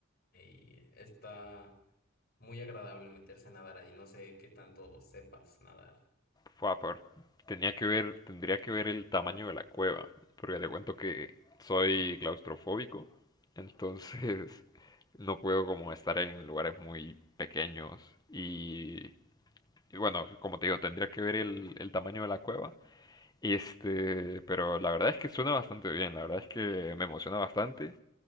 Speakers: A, on the left; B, on the left.
A: y está Muy agradable meterse a nadar ahí, no sé qué tanto sepas nadar.
B: Fua, por- tenía que ver, tendría que ver el tamaño de la cueva, porque te cuento que soy claustrofóbico, entonces <laughs> no puedo como estar en lugares muy pequeños y Y bueno, como te digo, tendría que ver el, el tamaño de la cueva. Este, pero la verdad es que suena bastante bien, la verdad es que me emociona bastante,